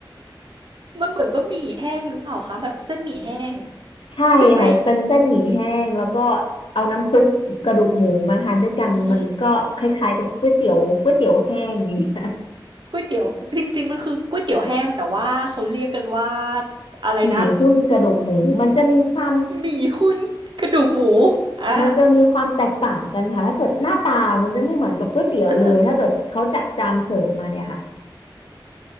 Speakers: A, on the right; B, on the left.
A: มันเหมือนบะหมี่แห้งหรือเปล่าคะแบบเส้นหมี่แห้ง
B: ใช่ค่ะเป็นเส้นหมี่แห้งแล้วก็
A: ใช่ไหม
B: เอาน้ำซุปกระดูกหมูมาทานด้วยกันมันก็คล้ายๆกับก๋วยเตี๋ยวก๋วยเตี๋ยวแห้งอย่างเงี้ย
A: อือหือก๋วยเตี๋ยวจริงๆมันคือก๋วยเตี๋ยวแห้งแต่ว่าเขาเรียกกันว่า
B: <laughs>
A: อะไรนะ
B: หมี่หุ้นกระดูกหมูมันจะมีความ
A: หมี่หุ้นกระดูกหมูอ่า
B: มันจะมีความแตกต่างกันค่ะถ้าเกิดหน้าตามันจะไม่เหมือนกับก๋วยเตี๋ยวเลยถ้าเกิดเขาจัดจานเสิร์ฟมาเนี่ยค่ะ
A: อา